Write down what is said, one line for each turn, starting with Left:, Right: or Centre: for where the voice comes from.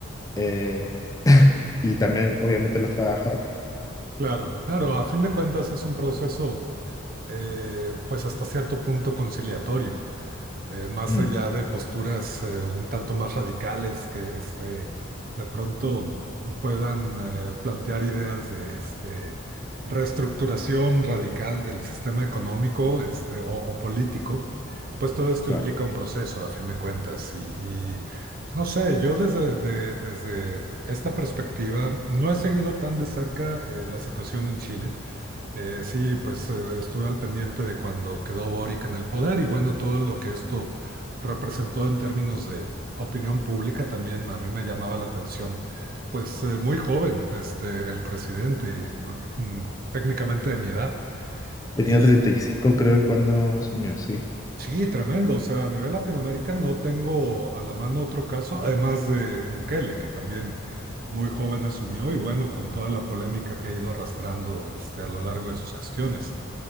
Left: eh, y también, obviamente, los trabajadores.
Right: claro, claro. A fin de cuentas es un proceso, eh, pues hasta cierto punto conciliatorio. eh, más
Left: Mm,
Right: allá de posturas eh, un tanto más radicales que este, de pronto puedan eh, plantear ideas de este, reestructuración radical del sistema económico este, o, o político, pues todo esto
Left: claro.
Right: implica un proceso a fin de cuentas. Y, y no sé, yo desde, de- desde esta perspectiva no he seguido tan de cerca eh, la situación en Chile. Eh, sí, pues eh, estuve al pendiente de cuando quedó Boric en el poder y bueno, todo lo que esto representó en términos de opinión pública también a mí me llamaba la atención, pues eh, muy joven, este, el presidente, y, bueno, mm, técnicamente de mi edad.
Left: Tenía
Right: Y
Left: treinta y cinco creo que cuando asumió, sí,
Right: sí, tremendo, o sea, a nivel Latinoamérica no tengo a la mano otro caso, además de Bukele, que también muy joven asumió y bueno, con toda la polémica que ha ido arrastrando este, a lo largo de sus gestiones.